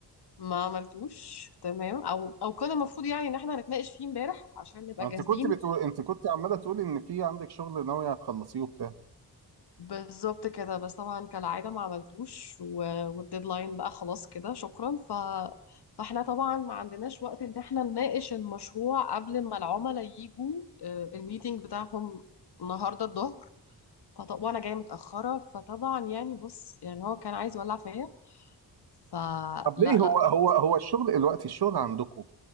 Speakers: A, on the left; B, on the right.
A: ما عملتوش تمام او او كان المفروض يعني ان احنا هنتناقش فيه امبارح عشان نبقى
B: انت
A: جاهزين
B: كنت بتقول انت كنت عماله تقولي ان في عندك شغل ناويه هتخلصيه وبتاع
A: بالظبط كده بس طبعا كالعادة ما عملتوش و... والديدلاين بقى خلاص كده شكرا ف... فاحنا طبعا ما عندناش وقت ان احنا نناقش المشروع قبل ما العملاء يجوا آه، الميتينج بتاعهم النهاردة الظهر فطب وانا جاية متأخرة فطبعا يعني بص يعني هو كان عايز يولع فيا فلا
B: طب
A: لا
B: ليه هو
A: لا
B: هو
A: لا.
B: هو الشغل دلوقتي الشغل عندكم